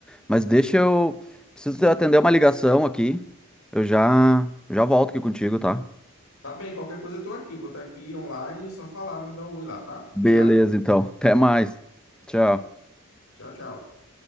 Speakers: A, in the centre; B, on the left (about 65°).
A: Mas deixa eu. Preciso atender uma ligação aqui. Eu já, já volto aqui contigo, tá?
B: Tá bem, qualquer coisa eu tô aqui. Vou estar aqui online, só falar, mandar um oi lá, tá? Obrigado.
A: Beleza, então. Até mais. Tchau.
B: Tchau, tchau.